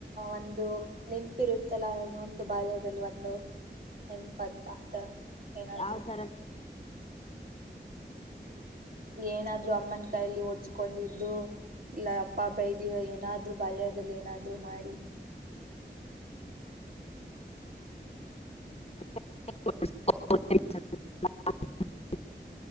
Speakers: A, on the right; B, on the left.
A: ಒಂದು ನೆನಪಿರುತ್ತಲ್ಲ. ಒಂದು ಬಾಲ್ಯದಲ್ಲಿ ಒಂದು ನೆನ್ಪ ಅಂತ ಆತರ. ಏನಾದ್ರರು.
B: ಯಾವ್ ತರ
A: ಏನಾದ್ರು ಅಮ್ಮನ ಕೈಯಲ್ಲಿ ಹೂಡಸ್ಕೊಂಡಿದ್ದು. ಇಲ್ಲ ಅಪ್ಪ ಬೈ್ದ ಏನಾದ್ರು ಬಾಲ್ಯದಲ್ಲಿ ಏನಾದ್ರು, ಮಾಡಿ
B: <unintelligible>